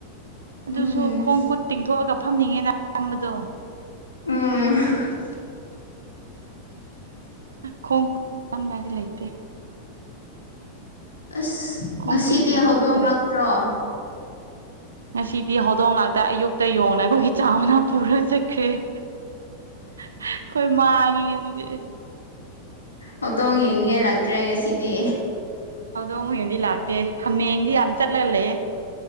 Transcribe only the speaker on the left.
ꯎꯝ
ꯎ
ꯑꯁ
ꯉꯁꯤꯗꯤ
ꯍꯧꯗꯣꯡꯡꯂꯛꯇ꯭ꯔꯣ
ꯍꯧꯗꯣꯡ ꯌꯦꯡꯅꯤꯡꯉꯥꯏ ꯂꯇ꯭ꯔꯦ ꯉꯁꯤꯗꯤ